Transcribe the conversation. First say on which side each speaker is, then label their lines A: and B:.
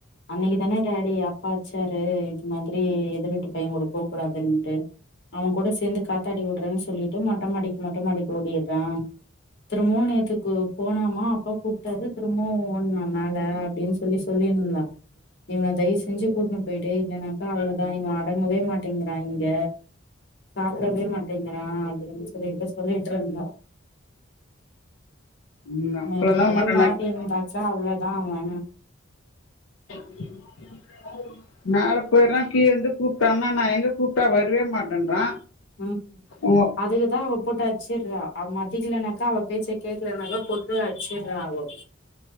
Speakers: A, on the left; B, on the left.
A: அன்னைக்கு தானே டாடி அட்ச்சாரு இது மாதிரி எதிர்வீட்டு பைய கூட போகூடாதுன்ட்டு அவ கூட சேந்து காத்தாடி விட்றேன்னு சொல்லிட்டு மொட்டமாடிக்கு மொட்டமாடிக்கு ஓடிற்றா திரும்பவு நேத்துக்கு போனோமா அப்பா கூப்ட்டாரு திரும்பவு ஓட்னா மேல அப்டினு சொ ல்லி சொல்லிருந்தா இவன தயவு செஞ்சு கூட்னு பொய்டு இல்லனாக்கா அவ்ளோதா இவ அடங்கவே மாட்டேங்றா இங்க சாப்டவே மாட்டேங்குறா அப்டின்னு சொல்லிட்டு சொல்லிட்ருந்தா
B: ம் அமுக்கலந்தா
A: நேத்து மட்டு
B: பண்றா
A: மாட்டி இருந்தாக்க அவ்ளோதா அவ
B: <inaudible> மேல பொயிர்றா கீழேருந்து கூப்ட்டன்னா நா எங்க கூப்ட்டா வரவே மாட்டேன்றா
A: ம்
B: உங்க
A: அதுதா அவ போட்டு அட்ச்சுட்றா அவ மதிக்கலனாக்கா அவ பேச்ச கேக்கலனாக்கா போட்டு அடிச்சுட்றா அவோ